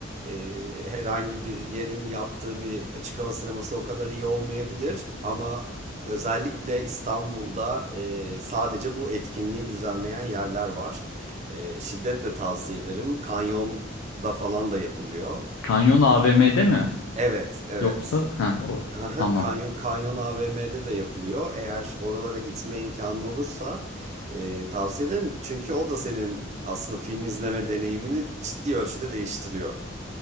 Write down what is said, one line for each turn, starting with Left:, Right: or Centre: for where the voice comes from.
Right: e, herhangi bir yerin yaptığı bir açık hava sineması o kadar iyi olmayabilir ama özellikle İstanbul'da e, sadece bu etkinliği düzenleyen yerler var. E, şiddetle tavsiye ederim. Kanyonda falan da yapılıyor.
Left: Kanyon AVM'de mi?
Right: Evet, evet.
Left: Yoksa ha o
Right: Aha,
Left: tamam.
Right: Kanyon, Kanyon AVM'de de yapılıyor. Eğer oralara gitme imkanı olursa e, tavsiye ederim. Çünkü o da senin aslında film izleme deneyimini ciddi ölçüde değiştiriyor.